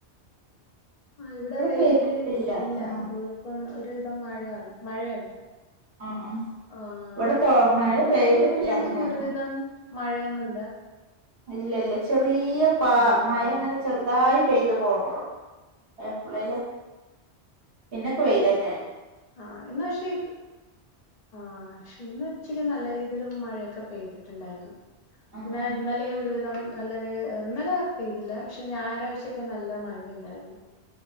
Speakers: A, on the left (about 50°); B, on the right (about 60°).
A: ആഹ് ഇവിടെ വെയില്
B: പെയ്തിട്ടില്ല
A: ഇല്ല
B: ആഹ്
A: പെതു ഇപ്പം ഒരുവിധം മഴയാണ് മഴയാണ്
B: ആഹ് ആഹ്
A: ആഹ്
B: ഇവിടെ തൊ മഴ
A: ഇന്നലേം
B: പെയ്തിട്ടില്ല
A: മിനിഞ്ഞാന്നൊക്കെ
B: അങ്ങനെ
A: ഒരു വിധം മഴയൊന്നുല്ല
B: ഇല്ല ഇല്ല ചെറിയ പാ
A: ഓ
B: മഴ അങ്ങനെ
A: ഓക്കെ
B: ചെറുതായി
A: ഓക്കെ
B: പെയ്തു പോണോള്ളൂ എപ്പളെലും പിന്നക്കെ വെയിലന്നാണ്
A: ആഹ് ഇന്ന് പക്ഷെ ഇത് ആഹ് പക്ഷെ ഇന്ന് ഉച്ചക്ക് നല്ല രീതിൽ മഴയൊക്കെ പെയ്ത് <unintelligible>
B: ആഹ്
A: പിന്നെ ഇന്നലെയും ഒരുവിധം നല്ലൊരു ഇന്നലെ പെയ്തില്ല പക്ഷെ ഞായറാഴ്ചയൊക്കെ നല്ല മഴ ഉണ്ടായിരുന്നു